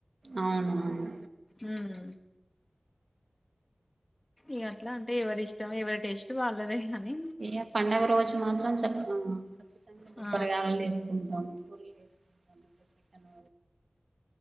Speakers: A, on the right; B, on the left.
A: అవును అవును
B: ఉమ్ ఇక అట్లా అంటే ఎవరి ఇష్టం ఎవరి టేస్ట్ వాళ్లదే ఆని
A: ఎ పండగ రోజు మాత్రం చెప్పవనమాట మొత్తం
B: ఆ
A: బొబ్పరగాయలు చెసుకుంటాము పూరీలు చెసుకుంటాము చికెన్